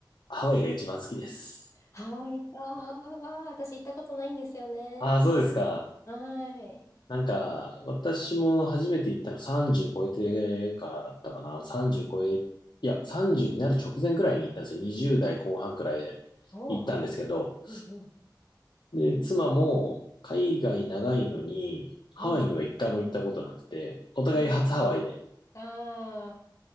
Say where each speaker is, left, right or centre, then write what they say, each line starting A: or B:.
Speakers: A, on the left; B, on the left.
A: ハワイが一番好きです。
B: ハワイかは私行ったことないんですよね。
A: ああ、そうですか。
B: はい。
A: なんか、私も初めて行ったの30超えてからだったかな。30超え、いや、30になる直前くらいに行ったんですよ。20代後半くらいで行ったんですけど。
B: おお、はい。うんうん。
A: で、妻も海外長いのに、ハワイには一回も行ったことなくて、
B: うん
A: お互い初ハワイで
B: うん。ああ、